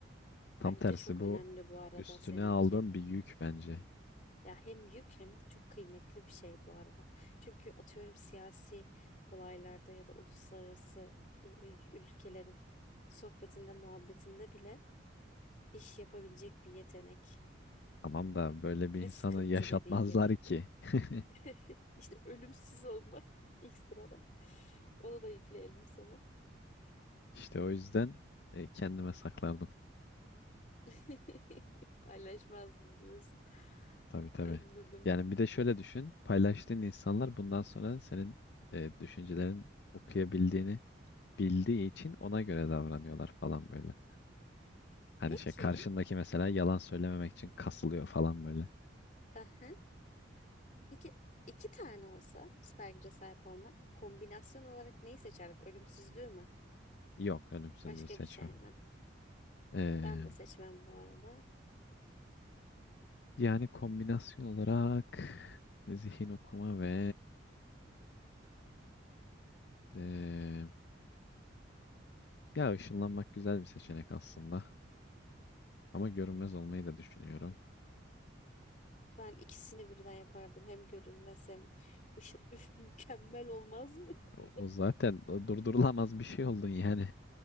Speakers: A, on the left; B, on the left.
A: Tam
B: Bence
A: tersi
B: çok
A: bu
B: önemli bu arada
A: üstüne
B: seninki.
A: aldığın bir yük bence.
B: Ya hem yük hem de çok kıymetli bir şey bu arada. Çünkü atıyorum siyasi olaylarda ya da uluslararası e, e, ülkelerin sohbetinde, muhabbetinde bile iş yapabilecek bir yetenek
A: Tamam da böyle bir
B: ve
A: insanı
B: sıkıntı
A: yaşatmazlar
B: dediğin gibi.
A: ki. <laughs>
B: <laughs> İşte ölümsüz olma <laughs> ekstrada. Onu da yükleyelim sana.
A: İşte o yüzden e, kendime saklardım.
B: <laughs> Paylaşmazdım diyorsun.
A: Tabii tabii.
B: Anladım.
A: Yani bir de şöyle düşün. Paylaştığın insanlar bundan sonra senin e, düşüncelerin okuyabildiğini bildiği için ona göre davranıyorlar falan böyle. Hani
B: Peki.
A: şey karşındaki mesela yalan söylememek için kasılıyor falan böyle.
B: Hı hı. Peki iki tane olsa süper güce sahip olmak kombinasyon olarak neyi seçerdin? Ölümsüzlüğü mü?
A: Yok ölüm
B: Başka
A: seçmem.
B: bir şey mi?
A: Ee,
B: Ben de seçmem bu arada.
A: yani kombinasyon olarak zihin okuma ve ee, ya ışınlanmak güzel bir seçenek aslında. Ama görünmez olmayı da düşünüyorum.
B: Ben ikisini birden yapardım. Hem görünmez hem ışıl üf mükemmel olmaz mı? <laughs>
A: O, o zaten o durdurulamaz bir şey oldun yani.